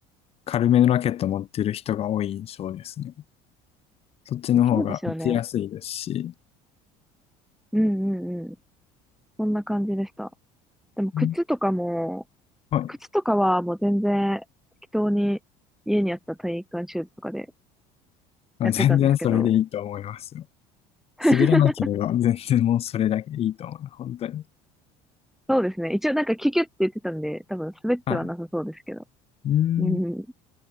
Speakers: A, on the left; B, in the centre.
A: 軽めのラケット持ってる人が多い印象ですね。そっちの方が打ちやすいですし、
B: そうですよね。うんうんうん。そんな感じでした。でも靴とかも、
A: うんはい。
B: 靴とかはもう全然適当に家にあった体育館シューズとかで
A: あ全然それでいいと思いますよ。
B: やってたんですけど、<laughs>
A: 滑らなければ全然もうそれだけでいいと思います。本当に。
B: そうですね。一応なんかキュキュって言ってたんで、多分滑ってはなさそうですけど。
A: はい。うーん。
B: うん。